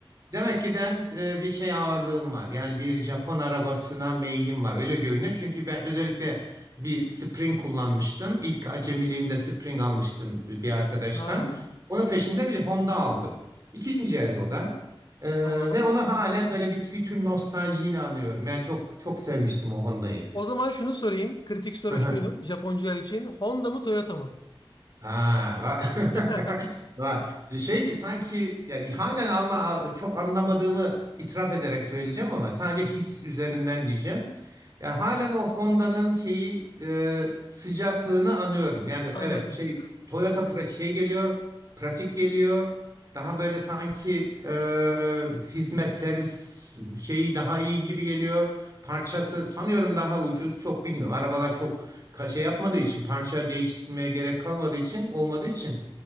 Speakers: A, on the right (about 40°); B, on the left (about 55°).
A: Demek ki ben e, bir şey ağırlığım var. Yani bir Japon arabasına meylim var. Öyle görünüyor. Çünkü ben özellikle bir Spring kullanmıştım. İlk acemiliğimde Spring almıştım bir bir arkadaştan.
B: Aa,
A: Onun peşinde bir Honda aldım. İkinci elde o da. E,
B: tamam.
A: ve onu halen böyle bir, bir tür nostaljiyle anıyorum. Yani çok çok sevmiştim o Honda'yı.
B: O zaman şunu sorayım. Kritik soru
A: <laughs>
B: şu Japoncular için. Honda mı Toyota mı?
A: Ha, va-
B: <laughs>
A: <laughs> va- şey ki sanki ya, halen anla, a- çok anlamadığımı itiraf ederek söyleyeceğim ama sadece his üzerinden diyeceğim. Ya halen o Honda'nın şeyi e, sıcaklığını anıyorum. Yani
B: Anladım.
A: evet şey Toyota pra- şey geliyor, pratik geliyor. Daha böyle sanki e, hizmet servis şeyi daha iyi gibi geliyor. Parçası sanıyorum daha ucuz. Çok bilmiyorum. Arabalar çok ka- şey yapmadığı için parça değiştirmeye gerek kalmadığı için olmadığı için